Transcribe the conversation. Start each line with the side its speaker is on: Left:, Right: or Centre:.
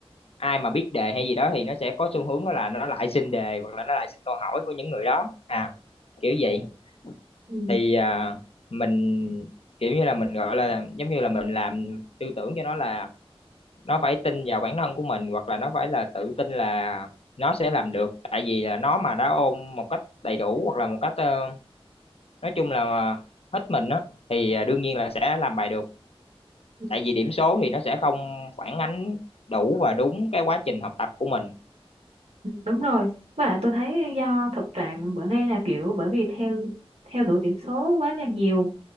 Left: ai mà biết đề hay gì đó thì nó sẽ có xu hướng đó là nó lại xin đề hoặc là nó lại xin câu hỏi của những người đó à kiểu vậy
Right: Ừ.
Left: thì à, mình kiểu như là mình gọi là giống như là mình làm tư tưởng cho nó là nó phải tin vào bản thân của mình hoặc là nó phải là tự tin là nó sẽ làm được tại vì là nó mà đã ôm một cách đầy đủ hoặc là một cách ờ, nói chung là hết mình á thì à, đương nhiên là sẽ làm bài được
Right: ừ,
Left: tại vì điểm số thì nó sẽ không phản ánh đủ và đúng cái quá trình học tập của mình
Right: ừ, Đúng rồi. Với lại tôi thấy do thực trạng bữa nay là kiểu bởi vì theo theo đuổi điểm số quá là nhiều.